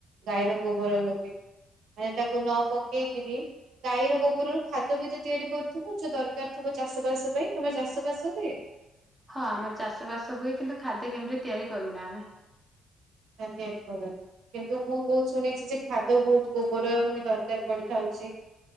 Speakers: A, on the right; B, in the centre.
A: ଗାଈର ଗୋବର ନିହତି। ମାନେ ତାକୁ ନ ପକେଇକିରି ଗାଈର ଗୋବରରୁ ଖାଦ୍ୟ ବିଜ ତିଆରି କରୁଥିବ ଯୋଉ ଦରକାର ଥିବ। ଚାଷ ବାସ ପାଇଁ ତମ ଚାଷ ବାସ ହୁଏ?
B: ହଁ ଆମର ଚାଷ ବାସ ହୁଏ କିନ୍ତୁ ଖାଦ୍ୟ କେମିତି ତିଆରି କରୁନା ଆମେ
A: ତିଆରି କରନ କିନ୍ତୁ ମୁଁ ବହୁତ ଶୁଣିଛି ଯେ ଖାଦ୍ୟ ବହୁତ ଗୋବର ମାନେ ଦରକାର ପଡିଥାଉଛି